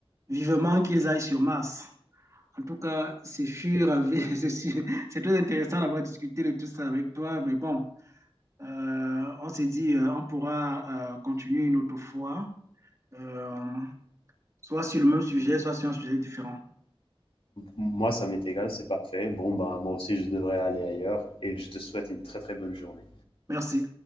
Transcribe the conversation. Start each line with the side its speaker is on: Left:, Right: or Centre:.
Right: Vivement qu'ils aillent sur Mars. En tout cas, c'est sûr, euh, <laughs> c'est sûr- c'est très intéressant d'avoir discuté de tout ça avec toi, mais bon, euh, on s'est dit, euh, on pourra euh, continuer une autre fois, euh, soit sur le même sujet, soit sur un sujet différent.
Left: Moi, ça m'est égal, c'est parfait. Bon, bah, moi aussi, je devrais aller ailleurs et je te souhaite une très très bonne journée.
Right: Merci.